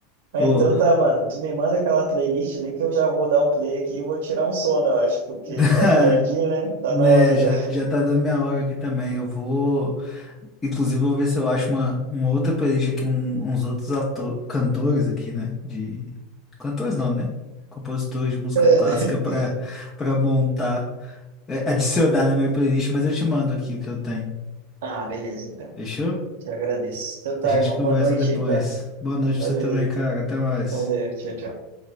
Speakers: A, on the right (about 80°); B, on the left (about 20°).
A: Ah,
B: Ô,
A: Então tá, mano. Tu me manda aquela playlist ali que eu já vou dar um play aqui e vou tirar um sono, eu acho, porque
B: <laughs>
A: tá tardinho, né? Tá
B: né,
A: na hora
B: já,
A: já.
B: já tá dando minha hora aqui também. Eu vou, inclusive, vou ver se eu acho uma, uma outra playlist aqui, um- uns outros ator, cantores aqui, né? De cantores não, né? Compositores de música
A: <laughs>
B: clássica pra para montar, é, adicionar na minha playlist, mas eu te mando aqui o que eu tenho.
A: Ah, beleza, então.
B: Fechou?
A: Te agradeço. Então tá,
B: A gente
A: irmão.
B: conversa
A: Boa noite
B: depois.
A: aí, tá?
B: Boa noite
A: Valeu,
B: pra você também, cara. Até mais.
A: valeu. Tchau, tchau.